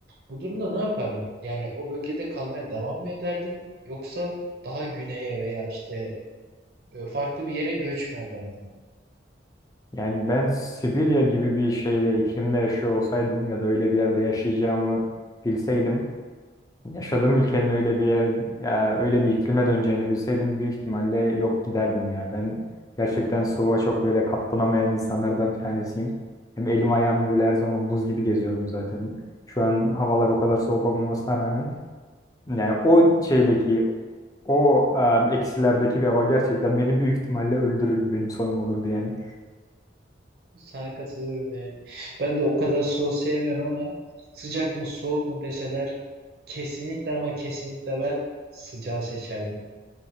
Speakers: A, on the right; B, on the left.
A: bu durumda ne yapardın yani o bölgede kalmaya devam mı ederdin yoksa daha güneye veya işte e, farklı bir yere göç mü ederdin
B: yani ben Sibirya gibi bir şeyde iklimde yaşıyor olsaydım ya da öyle bir yerde yaşayacağımı bilseydim Yaşadığım ülkenin öyle bir yer, ya öyle bir iklime döneceğini bilseydim büyük ihtimalle yok giderdim ya. Ben gerçekten soğuğa çok böyle katlanamayan insanlardan bir tanesiyim. Hem elim ayağım böyle her zaman buz gibi geziyorum zaten. Şu an havalar o kadar soğuk olmamasına rağmen yani o şeydeki o e, eksilerdeki bir hava gerçekten beni büyük ihtimalle öldürürdü. Benim sonum olurdu yani.
A: Sana katılıyorum yani. Ben de o kadar soğuk sevmiyorum ama sıcak mı soğuk mu deseler kesinlikle ama kesinlikle ben sıcağı seçerdim.